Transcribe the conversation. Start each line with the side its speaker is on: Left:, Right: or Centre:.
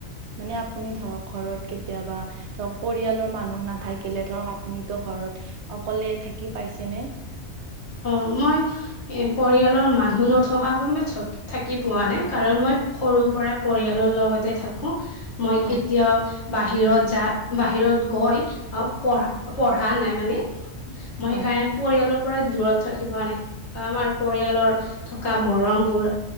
Right: মানে আপুনি ধৰক ঘৰত কেত কেতিয়াবা ধৰক পৰিয়ালৰ মানুহ নাথাকিলে ধৰক আপুনিতো ঘৰত অকলে থাকি পাইছেনে? <inaudible>
Left: অ মই এ পৰিয়ালৰ মানুহ নথকাকৈ মই থ থাকি পোৱা নাই। কাৰণ মই সৰু পৰাই পৰিয়ালৰ লগতে থাকো মই
Right: হয়
Left: কেতিয়াও বাহিৰত যা বাহিৰত গৈ অ পঢ়া পঢ়া নাই মানে। মই
Right: হয়
Left: সেইকাৰণে পৰিয়ালৰ পৰা দূৰত থাকি পোৱা নাই আমাৰ পৰিয়ালৰ থকা মৰমবোৰ